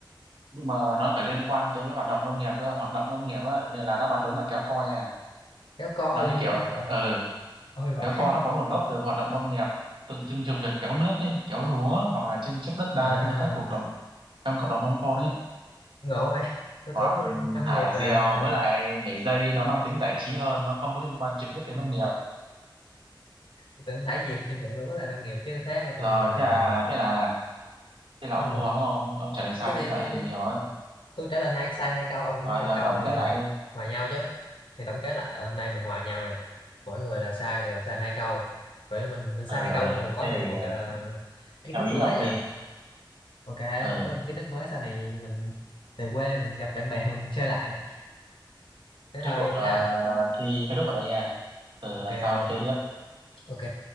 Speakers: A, on the right; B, on the left.
A: nhưng mà nó phải liên quan tới hoạt động nông nghiệp cơ hoạt động nông nghiệp á nên là đáp án đúng là kéo co nha
B: kéo co
A: nó
B: liên
A: như
B: quan
A: kiểu
B: tới hoạt động
A: ừ
B: ôi vãi
A: kéo co nó có nguồn gốc từ hoạt động nông nghiệp tượng trưng cho việc kéo nước ấy kéo lúa hoặc là tranh chấp đất đai
B: à
A: trong các cuộc đồng trong cộng đồng nông thôn ấy
B: ngộ vậy tôi
A: còn
B: tưởng là liên- nông
A: thả
B: nghiệp là
A: diều với lại nhảy dây nó mang tính giải trí hơn nó không có liên quan trực tiếp đến nông nghiệp
B: tôi tưởng thả diều trên ruộng lúa là nông nghiệp chứ thế là coi
A: rồi
B: như là
A: thế là thế là thế là
B: thế
A: ông
B: là mình
A: thua đúng không ông, ông trả lời sai
B: cái gì
A: nãy giờ
B: gì
A: hơi
B: gì
A: bị nhiều ấy
B: tôi trả lời hai sai hai câu ông cũng
A: rồi
B: hai
A: rồi
B: câu
A: tổng
B: thì
A: kết
B: mình
A: lại đi
B: hòa nhau chứ thì tổng kết lại là hôm nay mình hòa nhau này mỗi người là sai đều sai hai câu vậy mình mình
A: ờ
B: sai hai câu
A: ờ,
B: nhưng mà mình có
A: thế
B: thêm
A: thì
B: một
A: ờ,
B: cái là kiến
A: theo
B: thức
A: ý
B: mới
A: ông
B: nha
A: đi
B: ok
A: ờ
B: có kiến thức mới sau này mình về quê mình gặp bạn bè <laughs> mình chơi lại thế
A: thế
B: thôi
A: cuộc
B: em
A: ờ,
B: nha
A: thi kết thúc ở đây nha ờ
B: ok
A: lần sau
B: không
A: chơi tiếp
B: ok